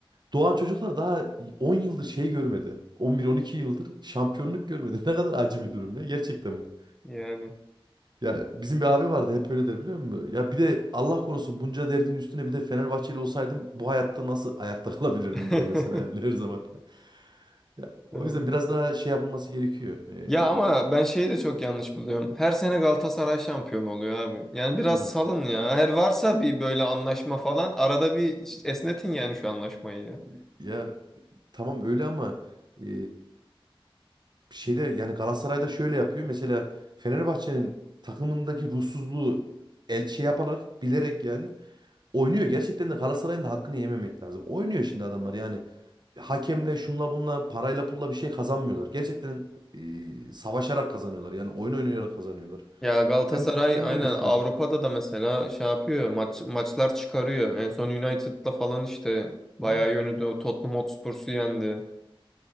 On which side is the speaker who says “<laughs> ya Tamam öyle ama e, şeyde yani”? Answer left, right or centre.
Right